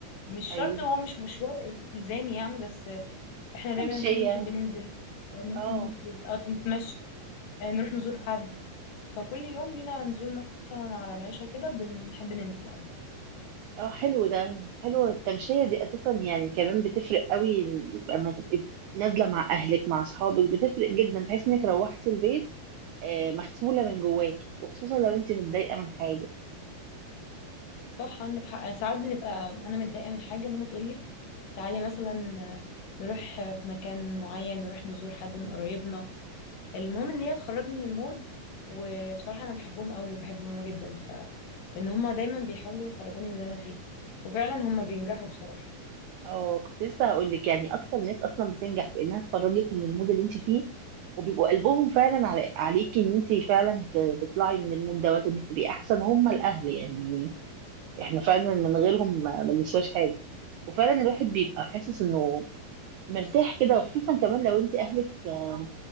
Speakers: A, on the left (about 65°); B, on the right (about 80°).
A: مش
B: ايوه
A: شرط هو مش مشوار إلزامي يعني بس احنا
B: كبشيه
A: دايما كل يوم نحب ننزل آه، نروح
B: اه
A: المسجد اه نتمشى آه، نروح نزور حد فكل يوم لينا نزول مثلا على العشاء كده بنحب ننزل قوي
B: اه حلو ده حلوة التمشية دي اساسا يعني كمان بتفرق قوي لما تبقي نازلة مع اهلك مع اصحابك بتفرق جدا تحس انك روحتي البيت آه، مغسولة من جواكي وخصوصا لو انت متضايقة من حاجة
A: صح عندك حق أنا ساعات بنبقى انا متضايقه من حاجه ماما تقول لي تعالي مثلا آه، نروح آه، في مكان معين نروح نزور حد من قرايبنا المهم ان هي تخرجني من المود وبصراحه انا بحبهم قوي وبحب ماما جدا ف لان هما دايما بيحاولوا يخرجوني من اللي انا فيه وفعلا هما بينجحوا بصراحه
B: اه كنت لسه هقول لك يعني اكتر ناس اصلا بتنجح في انها تخرجك من المود اللي انت فيه وبيبقوا قلبهم فعلا على- عليكي ان انت فعلا ت- تطلعي من المود دوت وانك تبقي احسن هم الاهل يعني احنا فعلا من غيرهم ما ما بنسواش حاجة وفعلا الواحد بيبقى حاسس انه مرتاح كده وخصوصا كمان لو انت اهلك آم،